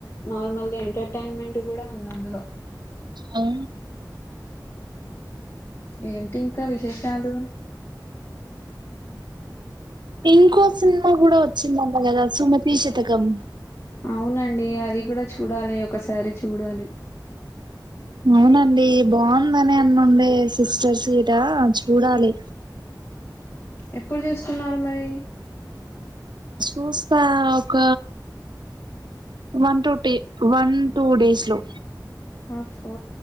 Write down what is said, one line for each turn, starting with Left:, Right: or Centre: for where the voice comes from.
Left: నార్మల్ గా ఎంటర్టైన్మెంట్ కూడా ఉంది అందులో
Right: అవును
Left: ఏంటి ఇంకా విశేషాలు
Right: ఇంకో సినిమా కూడా వచ్చిందంటా కదా సుమతి శతకం
Left: అవునండి అది కూడా చూడాలి ఒకసారి చూడాలి
Right: అవునండి బాగుందనే అన్నుండే సిస్టర్ సీటా చూడాలి
Left: ఎప్పుడు చూస్తున్నారు మరి
Right: చూస్తా ఒక వన్ టూ టి వన్ టూ డేస్ లో
Left: ఓఫో